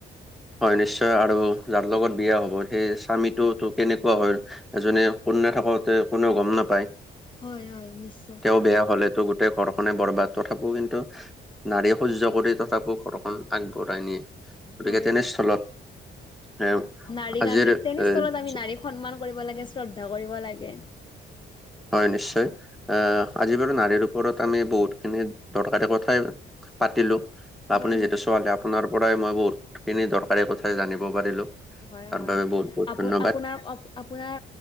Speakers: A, in the centre; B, on the left.
A: হয় নিশ্চয় আৰু যাৰ লগত বিয়া হ'ব সেই স্বামীটোতো কেনেকুৱা হয় এজনে কোনো নাথাকোতে কোনেও গম নাপায়।
B: হয় হয় নিশ্চয়।
A: তেওঁ বেয়া হ'লেতো গোটেই ঘৰখনে বৰবাদ তথাপিও কিন্তু নাৰীয়ে সহ্য কৰি তথাপিও ঘৰখন আগবঢ়াই নিয়ে। গতিকে
B: হয়,
A: তেনেস্থলত এ
B: নাৰীক
A: আজিৰ
B: আমি তেনে
A: এ
B: স্হলত আমি নাৰীক সন্মান কৰিব লাগে শ্ৰদ্ধা কৰিব লাগে।
A: হয় নিশ্চয় আহ আজি বাৰু নাৰীৰ ওপৰত আমি বহুতখিনি দৰকাৰী কথাই পাতিলো। বা
B: হয়
A: আপুনি যিহেতু
B: হয়
A: ছোৱালী আপোনাৰ পৰাই মই বহুতখিনি দৰকাৰী কথাই জানিব পাৰিলো।
B: হয়
A: তাৰ
B: হয়
A: বাবে বহুত বহুত
B: আপ
A: ধন্যবাদ
B: আপোনাৰ অ আপোনাৰ